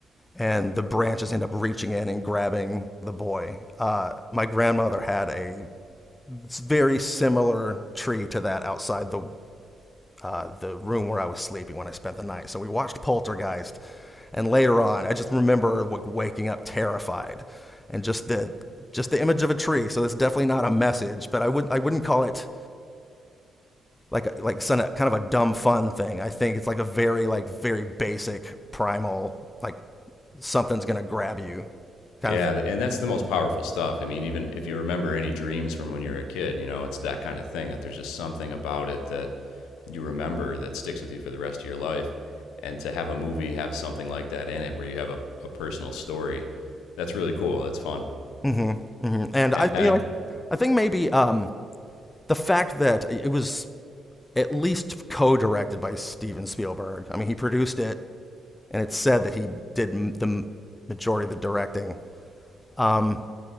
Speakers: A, on the left (about 20°); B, on the left (about 90°).
A: and the branches end up reaching in and grabbing the boy. Uh, my grandmother had a very similar tree to that outside the uh, the room where I was sleeping when I spent the night. So we watched Poltergeist And later on, I just remember like waking up terrified, and just the just the image of a tree. So it's definitely not a message, but I wouldn't I wouldn't call it like a, like kind of a dumb fun thing. I think it's like a very like very basic primal like something's gonna grab you kind
B: yeah
A: of.
B: and that's the most powerful stuff i mean even if you remember any dreams from when you were a kid you know it's that kind of thing that there's just something about it that you remember that sticks with you for the rest of your life. And to have a movie have something like that in it, where you have a, a personal story, that's really cool. That's fun.
A: Mm-hmm, hmm And
B: And,
A: I
B: and
A: you
B: I,
A: know I, I think maybe um the fact that it was at least co-directed by Steven Spielberg. I mean, he produced it, and it's said that he did m- the m- majority of the directing Um,